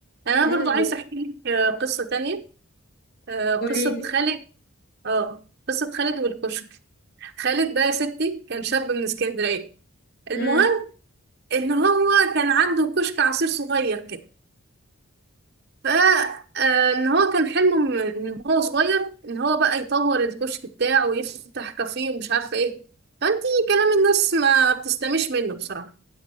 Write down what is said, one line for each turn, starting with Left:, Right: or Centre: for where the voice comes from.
Right: انا
Left: امم
Right: برضو عايزه احكي لك آه، قصه تانية آه،
Left: قوليلي
Right: قصه خالد اه قصة خالد والكشك خالد ده يا ستي كان شاب من اسكندرية المهم
Left: امم
Right: ان هو كان عنده كشك عصير صغير كده ف آه، ان هو كان حلمه من من هو صغير ان هو بقى يطور الكشك بتاعه ويفتح كافيه ومش عارفة ايه فانتي كلام الناس ما بتستمش منه بصراحة